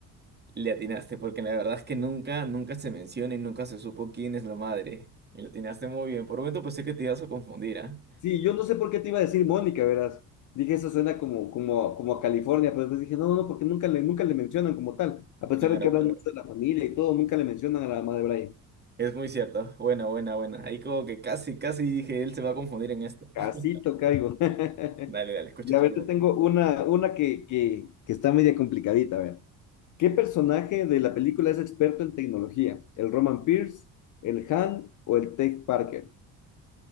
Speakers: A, on the right (about 20°); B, on the left (about 40°).
A: Le atinaste, porque la verdad es que nunca, nunca se menciona y nunca se supo quién es la madre. Y le atinaste muy bien. Por un momento pensé que te ibas a confundir, ¿ah?
B: Sí, yo no sé por qué te iba a decir Mónica, verás. Dije, eso suena como, como, como a California, pero después dije, no, no, porque nunca le, nunca le mencionan como tal. A pesar
A: Claro,
B: de que hablan
A: claro.
B: mucho de la familia y todo, nunca le mencionan a la mamá de Brian.
A: Es muy cierto. Buena, buena, buena. Ahí como que casi, casi dije, él se va a confundir en esta.
B: Casito
A: <laughs>
B: caigo. <laughs>
A: Dale, dale, escucha
B: Y
A: tu
B: a ver,
A: pregunta.
B: te tengo una, una que, que, que está media complicadita, a ver. ¿Qué personaje de la película es experto en tecnología? ¿El Roman Pierce, el Han o el Tech Parker?